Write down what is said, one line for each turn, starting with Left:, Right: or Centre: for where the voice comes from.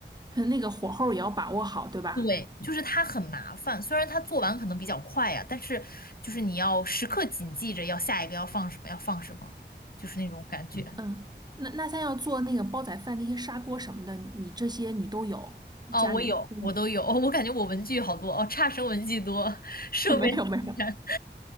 Right: 那个火候也要把握好，对吧？
Left: 对，就是它很麻烦，虽然它做完可能比较快啊，但是就是你要时刻谨记着要下一个要放什么，要放什么，就是那种感觉。
Right: 嗯，那那像要做那个煲仔饭那些砂锅什么的，你这些你都有？
Left: 啊。
Right: 家里嗯
Left: 我有，我都有，哦我感觉我文具好多，哦，差生文具多，<laughs> 设备是第三
Right: <laughs> 没有没有